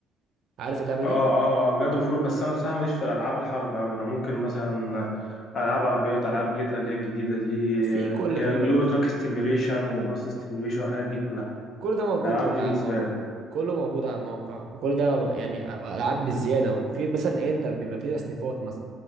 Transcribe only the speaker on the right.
عارف اللعبة
دي؟
في كل
ده برضه
كل ده موجود
في ال-
على
الموقع
كله موجود على الموقع وكل ده يعني ألعاب بالزيادة وفي مثلا إيه أنت بيبقى فيه تصنيفات مثلا